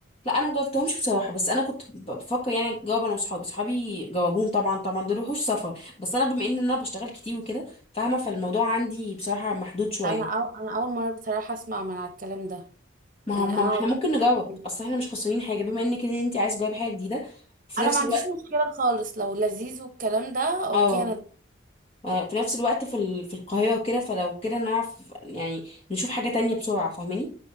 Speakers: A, on the left (about 30°); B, on the right (about 40°).
A: لا انا مجربتهمش بصراحة بس انا كنت ب- بفكر يعني اجرب انا وصحابي صحابي جربوهم طبعا طبعا دول وحوش سفر بس انا بما ان انا بشتغل كتير وكده فاهمة فالموضوع عندي بصراحة محدود شوية
B: انا أو... انا اول مره بصراحه اسمع من على الكلام ده
A: ما
B: يعني
A: هم
B: انا
A: احنا
B: على طول
A: ممكن نجرب
B: <laughs>
A: اصل احنا مش خسرانين حاجة بما انك ان انت عايز تجرب حاجة جديدة في
B: انا
A: نفس
B: ما عنديش
A: الوقت
B: مشكله خالص لو لذيذ والكلام ده اوكي
A: اه
B: انا
A: آه، في نفس الوقت في ال- في القاهرة وكده فلو كده نعرف يعني نشوف حاجة تانية بسرعة فاهماني